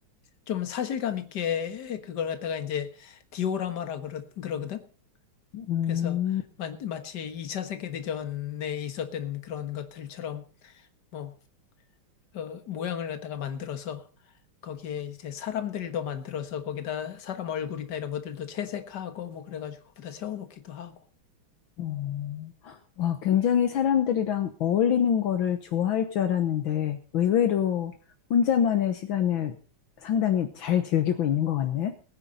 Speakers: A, on the left; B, on the left.
A: 좀 사실감 있게 그걸 갖다가 이제 디오라마라 그러, 그러거든
B: 음,
A: 그래서 마, 마치 2차 세계대전에 있었던 그런 것들처럼 뭐 어, 모양을 갖다가 만들어서 거기에 이제 사람들도 만들어서 거기다 사람 얼굴이나 이런 것들도 채색하고 뭐 그래가지고 거기다 세워놓기도 하고.
B: 어. 와, 굉장히 사람들이랑 어울리는 거를 좋아할 줄 알았는데 의외로 혼자만의 시간을 상당히 잘 즐기고 있는 것 같네.